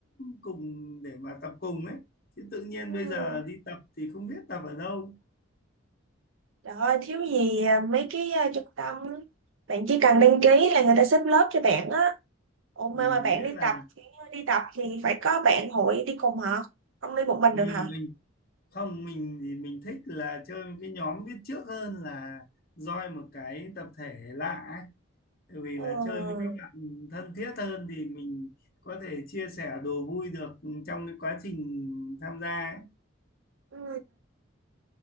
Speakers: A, on the left; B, on the right.
A: cùng để mà tập cùng ấy. Chứ tự nhiên
B: ừ.
A: bây giờ đi tập thì không biết tập ở đâu.
B: trời ơi thiếu gì mấy cái ờ, trung tâm bạn chỉ cần đăng ký là người ta xếp lớp cho bạn á ủa mà,
A: Ừ,
B: mà bạn
A: biết
B: đi
A: là
B: tập đi tập thì phải có bạn hội đi cùng hả không đi một mình
A: ừ,
B: được hả
A: mình không mình thì mình thích là chơi với cái nhóm biết trước hơn là join một cái tập thể lạ ấy. Tại vì
B: ừ.
A: là chơi với các bạn thân thiết hơn thì mình có thể chia sẻ đồ vui được trong cái quá trình tham gia ấy.
B: Ừ.